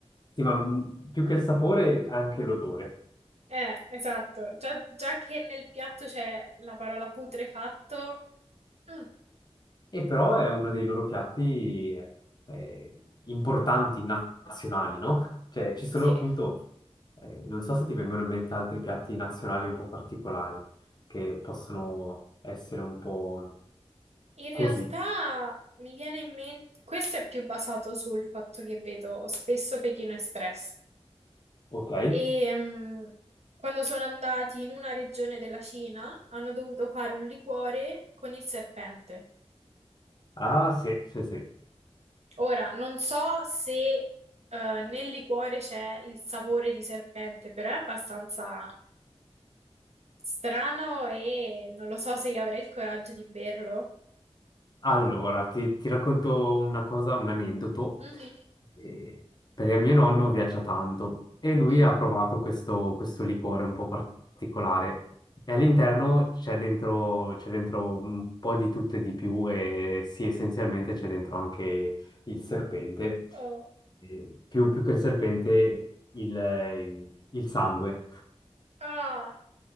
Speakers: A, on the left; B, on the right.
A: sì, ma mm, più che il sapore, anche l'odore.
B: eh, esatto. Già, già che nel piatto c'è la parola putrefatto, mm,
A: E però è uno dei loro piatti eh, importanti, nazionali, no? Cioè, ci sono
B: sì.
A: appunto, eh, non so se ti vengono in mente altri piatti nazionali un po' particolari, che possono essere un po'
B: In
A: così,
B: realtà mi viene in mente, questo è più basato sul fatto che vedo spesso Pechino Express.
A: ok?
B: E ehm, quando sono andati in una regione della Cina hanno dovuto fare un liquore con il serpente.
A: Ah, sì, sì, sì.
B: Ora, non so se eh, nel liquore c'è il sapore di serpente, però è abbastanza strano e non lo so se io avrei il coraggio di berlo.
A: Allora, ti, ti racconto una cosa, un aneddoto.
B: Mhm.
A: Eh, perché mio nonno viaggia tanto e lui
B: Mm.
A: ha provato questo, questo liquore un po' particolare. E all'interno c'è dentro, c'è dentro un po' di tutto e di più e sì, essenzialmente c'è dentro anche il serpente.
B: Oh.
A: Eh, più, più che il serpente, il il sangue.
B: Ah.